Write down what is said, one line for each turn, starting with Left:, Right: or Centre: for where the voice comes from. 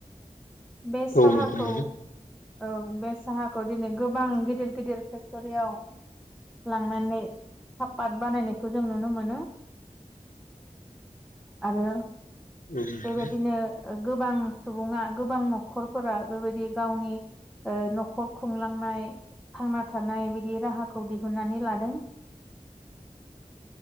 Centre: बे साहाखौ
Left: औ नोंथां नंगौ
Centre: औ बे साहाखौ दिनै गोबां गिदिर गिदिर फेक्ट'रियाव लांनानै सापात बानायनायखौ जों नुनो मोनो आरो
Left: औ नोंथां
Centre: बेबायदिनो गोबां सुबुङा गोबां न'खर न'खरफोरा बेबायदि गावनि ओ न'खर खुंलांनाय थांना थानाय बिदि राहाखौ दिहुननानै लादों